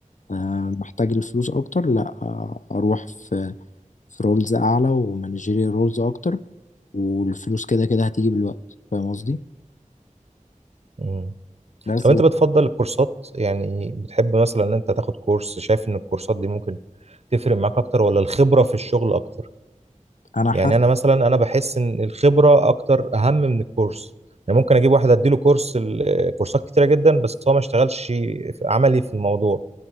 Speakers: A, on the left; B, on the right.
A: آه، محتاج الفلوس اكتر لا آه، اروح في في رولز اعلى ومانجيريال رولز اكتر والفلوس كده كده هتيجي بالوقت فاهم قصدي
B: امم
A: بس
B: طب انت بتفضل الكورسات يعني بتحب مثلا ان انت تاخد كورس شايف ان الكورسات دي ممكن تفرق معاك اكتر ولا الخبره في الشغل اكتر
A: انا حاسس
B: يعني انا مثلا انا بحس ان الخبره اكتر اهم من الكورس يعني ممكن اجيب واحد اديله كورس ال- كورسات كتيره جدا بس هو ما اشتغلش في- عملي في الموضوع